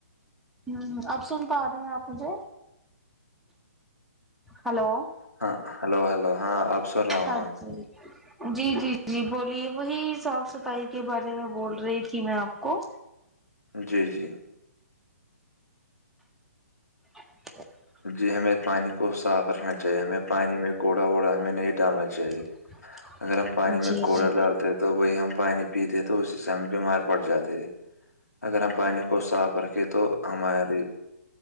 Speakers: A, in the centre; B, on the left.
A: ہ اب سن پا رہے ہیں آپ مجھے ہلو
B: ہاں ہلو ہلو ہاں سن رہا ہوں
A: ہاں جی جی جی جی بولیے وہی صاف صفائی کے بارے میں بول رہی تھی میں آپ کو
B: جی جی
A: <inaudible>
B: جی ہمیں پانی کو صاف رکھنا چاہیے ہمیں پانی میں کوڑا ووڑا ہمیں نہیں ڈالنا چاہیے
A: <inaudible>
B: اگر ہم پانی میں
A: جی
B: کوڑا
A: جی
B: ڈالتے ہیں تو وہی ہم پانی پیتے ہیں تو اسی سے ہم بیمار پڑ جاتے اگر ہم پانی کو صاف رکھیں تو ہماری